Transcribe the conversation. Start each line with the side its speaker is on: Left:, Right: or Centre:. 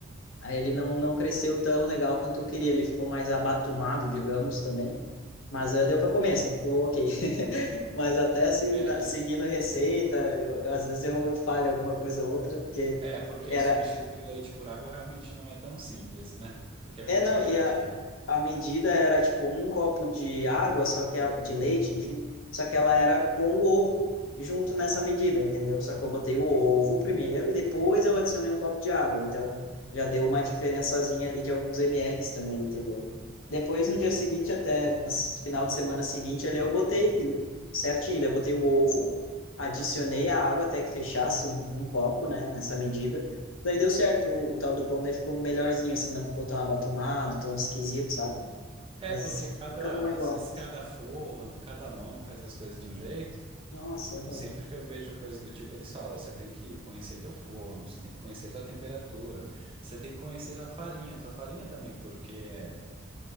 Left: Aí ele não, não cresceu tão legal quanto eu queria, ele ficou mais abatumado, digamos, também. Mas eh, deu para comer, assim, ficou ok. <laughs> Mas até assim,
Right: É,
Left: na- seguindo receita, eu, às vezes eu, eu falho alguma coisa ou outra, porque
Right: é, porque
Left: era,
Right: substituir leite por água realmente não é tão simples, né? Porque a
Left: É,
Right: quantidade.
Left: não, e a, a medida era tipo um copo de água, só que a- de leite, enfim, só que ela era com o ovo junto nessa medida, entendeu? Só que eu botei o ovo primeiro e depois eu adicionei um copo de água, então já deu uma diferençazinha ali de alguns mls também, entendeu? Depois, no dia seguinte, até no final de semana seguinte, ali eu botei certinho, daí eu botei o ovo, adicionei a água até que fechasse um, um copo, né, nessa medida. Daí deu certo, o, o tal do pão daí ficou melhorzinho, assim, não ficou tão abatumado, tão esquisito, sabe?
Right: Uhum. É,
Left: Mas
Right: porque cada,
Left: fica bom igual.
Right: às vezes cada forno, cada mão faz as coisas de um jeito.
Left: Nossa,
Right: Então,
Left: eu-
Right: sempre que eu vejo coisa do tipo, eles falam: você tem que conhecer teu forno, você tem que conhecer tua temperatura, você tem que conhecer tua farinha, tua farinha também, porque